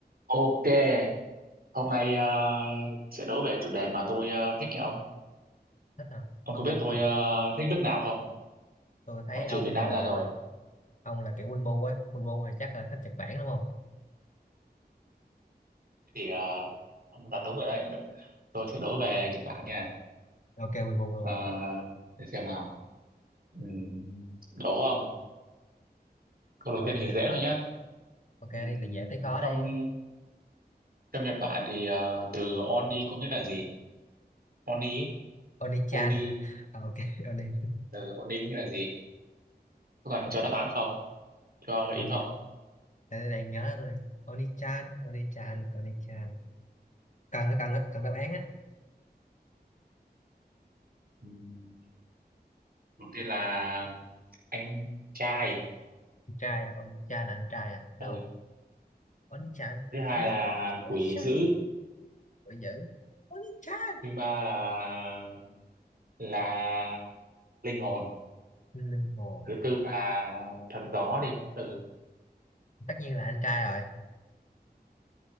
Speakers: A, on the right (about 60°); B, on the left (about 45°).
A: Ok, hôm nay ờ, sẽ đố về chủ đề mà tôi ờ, thích nha ông.
B: thích hả
A: Ông
B: ông
A: có biết
B: thích
A: tôi
B: cái gì
A: ờ,
B: vậy
A: thích nước nào không?
B: tôi thấy
A: Ngoại trừ
B: ông
A: Việt Nam
B: gọi là
A: ra rồi.
B: ông là kiểu Weibo á Weibo thì chắc là thích Nhật Bản đúng không
A: Thì ờ, ông đoán đúng rồi đấy. Tôi sẽ đố về Nhật Bản nha.
B: ok Weibo luôn
A: Ờ, để xem nào. Ừm, đố ông. Câu đầu
B: đó
A: tiên
B: thì
A: thì
B: nè
A: dễ thôi nhá.
B: ok
A: Ừm,
B: đi từ dễ tới khó
A: trong
B: đi
A: trong Nhật Bản thì ờ, từ Oni có nghĩa là gì? Oni,
B: Oni-chan
A: Oni,
B: à, <laughs> à ok Oni
A: từ Oni có nghĩa là gì? Có cần cho đáp án không? Cho gợi
B: Oni
A: ý không?
B: đang, đang nhớ tôi Oni-chan Oni-chan Oni-chan cần á cần á cần đáp án á
A: Ừm, đầu tiên là anh trai.
B: Con trai à Oni-chan là anh trai à no
A: Ừ,
B: Oni-chan
A: thứ hai
B: Oni
A: là
B: Oni-chan
A: quỷ dữ
B: Ôi dữ Oni-chan
A: thứ ba là là linh hồn
B: linh hồn
A: thứ tư là thần gió đi ừ
B: tất nhiên là anh trai rồi